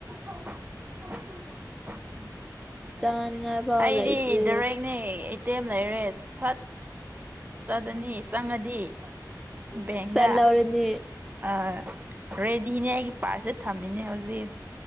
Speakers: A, on the right (about 25°); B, in the centre.
A: <inaudible>
B: ꯆꯥꯅꯤꯡꯉꯥꯏ ꯐꯥꯎ
A: ꯑꯩꯗꯤ
B: ꯂꯩꯇ꯭ꯔꯦ
A: ꯔꯦꯛꯅꯦ ꯏꯇꯦꯝ ꯂꯩꯔꯦ ꯁꯠ ꯆꯠꯗꯅꯤ ꯆꯪꯉꯗꯤ ꯕꯦꯡꯗ
B: ꯆꯠ ꯂꯧꯔꯅꯤ
A: ꯑ ꯔꯦꯗꯤꯅꯦ ꯑꯩꯒꯤ ꯄꯥꯔꯁꯦ ꯊꯝꯃꯤꯅꯦ ꯍꯧꯖꯤꯛ